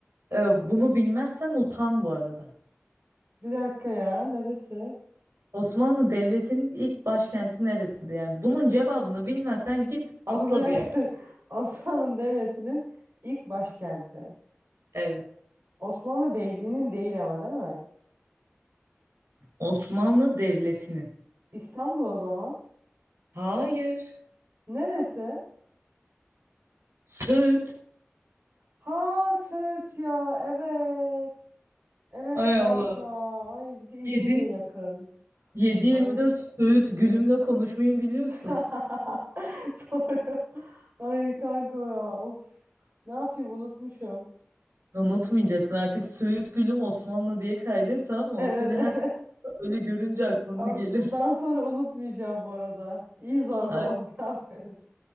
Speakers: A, on the right (about 75°); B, on the right (about 50°).
A: e, bunu bilmezsen utan bu arada.
B: Bir dakika ya neresi?
A: Osmanlı Devleti'nin ilk başkenti neresiydi? Yani bunun cevabını bilmezsen git atla
B: O bir dakika.
A: bir yer.
B: <laughs> Osmanlı Devleti'nin ilk başkenti.
A: Evet.
B: Osmanlı Beyliği'nin değil ama değil mi?
A: Osmanlı Devleti'nin.
B: İstanbul o zaman.
A: Hayır.
B: Neresi?
A: Söğüt.
B: Ha Söğüt ya evet. Evet
A: Hay
B: kanka.
A: Allah.
B: Ay bir de İzmir'e
A: Yedi
B: de yakın.
A: yedi yirmi
B: Ay.
A: dört Söğüt Gülüm'le konuşmayı biliyorsun.
B: <laughs> Doğru. Ay kanka ya of. Ne yapayım unutmuşum.
A: Unutmayacaksın artık Söğüt Gülüm Osmanlı diye kaydet tamam mı?
B: Evet
A: O seni her
B: <laughs> evet.
A: böyle görünce aklına
B: Abi
A: gelir.
B: bundan sonra unutmayacağım bu arada. İyi zorbaladın
A: Ay,
B: <laughs> aferin.